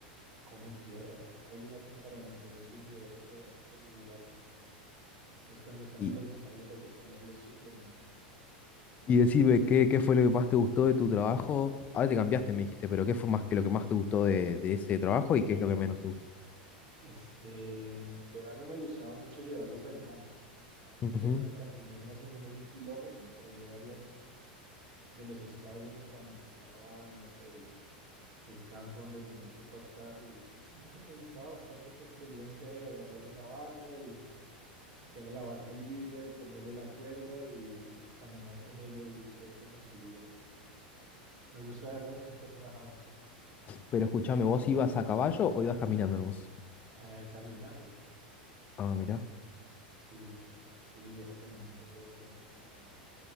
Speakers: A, on the right (about 55°); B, on the left (about 30°).
A: comen tierra o algo hacen para mantener sus niveles de, de minerales. Entonces, cuando están
B: Y,
A: en los establos hay que ponerles suplemento.
B: y decime, ¿qué, qué fue lo que más te gustó de tu trabajo? Ahora te cambiaste, me dijiste, pero ¿qué fue más que lo que más te gustó de, de ese trabajo y qué es lo que menos te gustó?
A: Este, en verano me gustaba mucho llevarlas al campo, porque
B: Ujú.
A: tocaba caminar más o menos un kilómetro para llevarlas de los establos hasta donde estaba, no sé, el campo donde tenían que pastar y no sé, me gustaba bastante esta experiencia de agarrar una vaca y que era la vaca líder, ponerle la cuerda y, y caminar con ella y el resto nos seguía. Entonces, me gustaba, era bastante relajado.
B: Pero escúchame, ¿vos ibas a caballo o ibas caminando nomás?
A: Eh, caminando,
B: Ah, mira.
A: sí, sí, era caminando todo el tiempo. Aquí no,